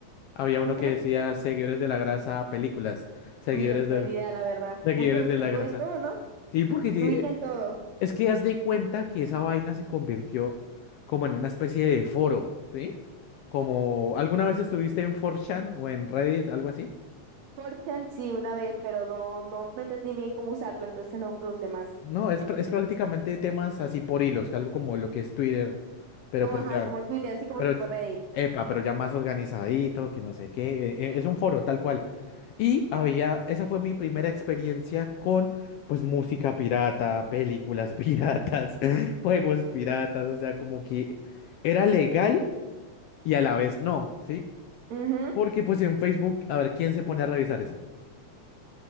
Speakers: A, on the left (about 85°); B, on the right (about 70°).
A: había uno
B: Ujú.
A: que decía seguidores de la grasa películas, seguidores
B: Uy, no tenía
A: de,
B: ni idea, la verdad.
A: seguidores
B: Uy, pero usted
A: de la
B: tuvo
A: grasa.
B: en todo, ¿no?
A: Sí, porque
B: Tú
A: ye-
B: tuviste en todo.
A: es que haz de cuenta que esa vaina se convirtió como en una especie de foro, ¿sí? Como, ¿alguna vez estuviste en 4chan o en Reddit, algo así?
B: 4 sí, una vez, pero no, no, no entendí bien cómo usarlo, entonces no lo usé más.
A: No, es, pr- es prácticamente temas así por hilos, algo como lo que es Twitter, pero
B: Como,
A: pues
B: ajá,
A: ya,
B: como Twitter, así como
A: pero,
B: tipo
A: ya-
B: Reddit.
A: epa, pero ya más organizadito, que no sé qué, eh, eh, es un foro tal cual. Y había, esa fue mi primera experiencia con, pues, música pirata, películas piratas, <laughs> juegos piratas, o sea, como que era legal y a la vez no, ¿sí?
B: Ujú.
A: Porque pues en Facebook, a ver, ¿quién se pone a revisar eso?